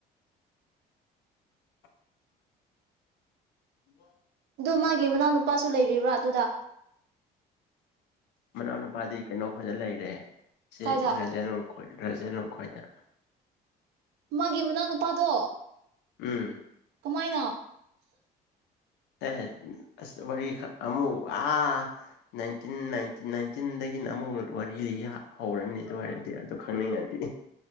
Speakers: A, on the left; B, on the right.
A: ꯍ ꯋꯥ
B: ꯑꯗꯣ ꯃꯥꯒꯤ ꯃꯅꯥꯎꯅꯨꯄꯥꯁꯨ ꯂꯩꯔꯤꯕ꯭ꯔꯥ ꯑꯗꯨꯗ
A: ꯃꯅꯥꯎꯅꯨꯄꯥꯗꯤ ꯀꯩꯅꯣ ꯐꯖꯅ ꯂꯩꯔꯦ ꯁꯤ
B: ꯀꯥꯏꯗ
A: ꯔꯖꯥ ꯂꯈꯣꯏ ꯔꯖꯅꯈꯣꯏꯗ
B: ꯃꯥꯒꯤ ꯃꯅꯥꯎꯅꯨꯄꯥꯗꯣ
A: ꯎꯝ
B: ꯁꯨꯃꯥꯏꯅ
A: ꯑꯦ ꯑꯁ ꯋꯥꯔꯤ ꯑꯃꯨꯛ ꯑ ꯅꯥꯏꯇꯤꯟ ꯅꯥꯏꯟꯇꯤꯟꯗꯒꯤꯅ ꯑꯃꯨꯛ ꯋꯥꯔꯤ ꯂꯤ ꯍꯧꯔꯅꯤ ꯑꯗꯨ ꯑꯣꯏꯔꯗꯤ ꯑꯗꯨ ꯈꯪꯅꯤꯡꯉꯗꯤ